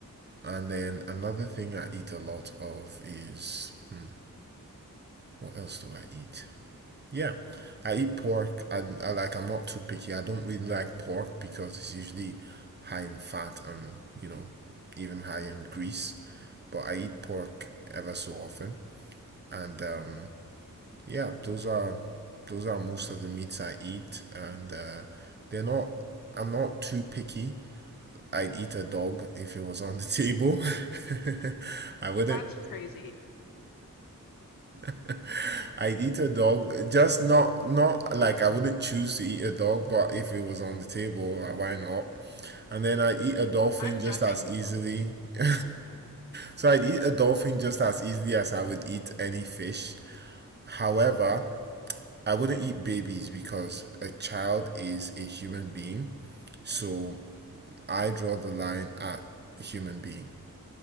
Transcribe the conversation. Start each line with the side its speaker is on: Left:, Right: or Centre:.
Right: And then another thing I eat a lot of is hmm, what else do I eat? Yeah, I eat pork. I, I like. I'm not too picky. I don't really like pork because it's usually high in fat and you know even high in grease. But I eat pork ever so often, and um, yeah, those are those are most of the meats I eat, and uh, they're not. I'm not too picky I'd eat a dog if it was on the table. <laughs> I wouldn't.
Left: That's crazy.
Right: <laughs> I'd eat a dog, just not not like I wouldn't choose to eat a dog, but if it was on the table, like, why not? And then I eat a dolphin
Left: I'm
Right: just
Left: judging
Right: as
Left: you.
Right: easily. <laughs> So I'd eat a dolphin just as easily as I would eat any fish. However, I wouldn't eat babies because a child is a human being. So I draw the line at human being.